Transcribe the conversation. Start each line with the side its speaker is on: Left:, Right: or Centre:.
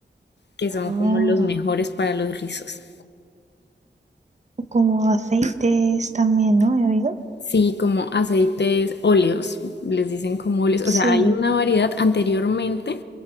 Left: que son
Right: oh,
Left: como los mejores para los rizos.
Right: como aceites también, ¿no? He oído.
Left: Sí, como aceites óleos, les dicen como óleos.
Right: Sí,
Left: O sea, hay una variedad anteriormente,